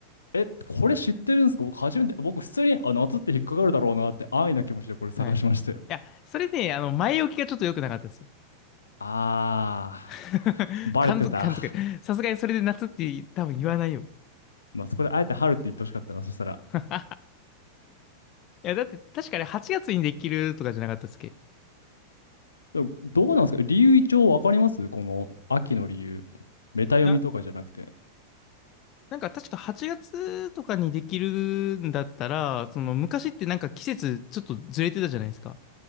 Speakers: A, on the left; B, on the left.
A: え、これ知ってるんですか僕初めて、僕普通に、あ、夏って引っかかるだろうなって安易な気持ちでこれ探しましたよ。
B: はい。いや、それね、あの、前置きがちょっと良くなかったですよ。
A: あ
B: <laughs>
A: ー、バレてた。
B: 感づく、感づく。さすがにそれで夏って多分言わないよ。
A: まあそこであえて春って言ってほしかったな、そしたら。
B: <laughs> いや、だって確かに8月にできるとかじゃなかったっすっけい
A: でもどうなんですか理由一応わかりますこの秋の理由。メタ読みとかじゃなくて。
B: や、なんか確か8月とかにできるんだったら、その昔ってなんか季節ちょっとずれてたじゃないですか。